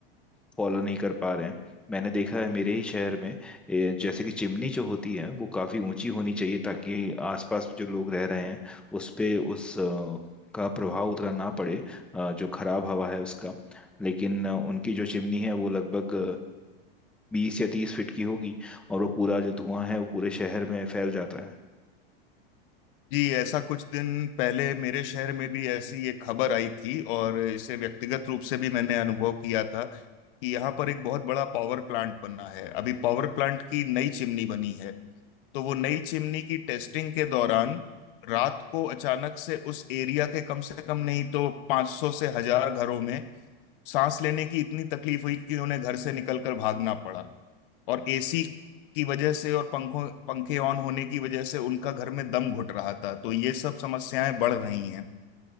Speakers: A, in the centre; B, on the left.
A: फॉलो नहीं कर पा रहे हैं मैंने देखा है मेरे ही शहर में ए, जैसे कि चिमनी जो होती है वो काफी ऊंची होनी चाहिए ताकि आसपास में जो लोग रह रहे हैं उस पे उस अ, का प्रभाव उतना ना पड़े अ, जो खराब हवा है उसका लेकिन अ, उनकी जो चिमनी है वो लगभग बीस या तीस फीट की होगी और वो पूरा जो धुआं है वो पूरे शहर में फैल जाता है
B: जी ऐसा कुछ दिन पहले मेरे शहर में भी ऐसी एक खबर आई थी और इसे व्यक्तिगत रूप से भी मैंने अनुभव किया था कि यहाँ पर एक बहुत बड़ा पावर प्लांट बना है अभी पावर प्लांट की नई चिमनी बनी है तो वो नई चिमनी की टेस्टिंग के दौरान रात को अचानक से उस एरिया के कम से कम नहीं तो 500 से हजार घरों में सांस लेने की इतनी तकलीफ हुई कि उन्हें घर से निकलकर भागना पड़ा और एसी की वजह से और पंखों पंखे ऑन होने की वजह से उनका घर में दम घुट रहा था तो ये सब समस्याएं बढ़ रही हैं